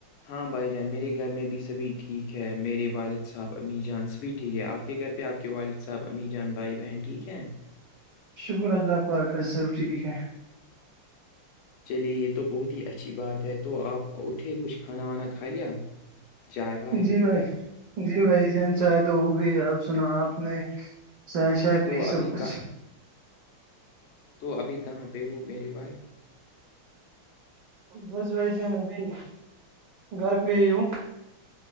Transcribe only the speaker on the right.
شکر اللہ پاکت سب ٹھیک ہے
جی بھائی جی بھائی جن چاہے تو وہ بھی آپ سناو آپ نے چائے شائے
پ سب
کچھ
بس بھائی ج ن ابھی گھر پہ <unintelligible>